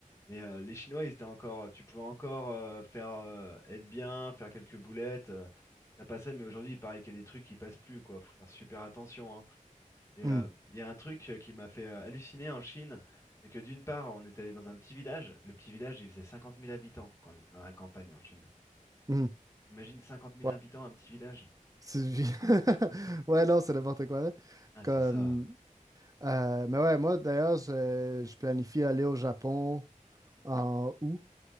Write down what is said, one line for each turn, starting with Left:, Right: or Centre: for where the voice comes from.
Left: les, euh, les Chinois, ils étaient encore, euh, tu pouvais encore euh, faire euh, être bien, faire quelques boulettes. euh, ça passait, mais aujourd'hui, il paraît qu'il y a des trucs qui passent plus, quoi. Faut faire super attention. hein. Et
Right: Hmm.
Left: euh, il y a un truc euh, qui m'a fait euh, halluciner en Chine, c'est que d'une part, on est allé dans un petit village. Le petit village, il faisait 50 000 habitants quand on était dans la campagne en Chine.
Right: Hmm.
Left: Imagine 50 000
Right: Ouais.
Left: habitants, un petit village.
Right: C'est- <laughs> Ouais, non, c'est n'importe quoi, là.
Left: Ah,
Right: Comme,
Left: c'est ça.
Right: euh, mais ouais, moi, d'ailleurs, je, je planifie aller au Japon en août.